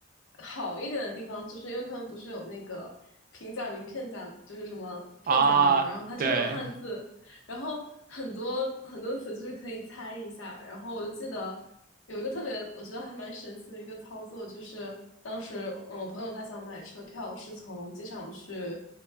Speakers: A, on the left; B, on the right.
A: 好一点的地方，就是因为他们不是有那个平假名、片假，就是什么片假名嘛，
B: <laughs> 啊，
A: 然后它就是有汉字，
B: 对，
A: 然后很多很多词就是可以猜一下。然后我就记得有一个特别，我觉得还蛮神奇的一个操作，就是当时嗯我朋友他想买车票，是从机场去，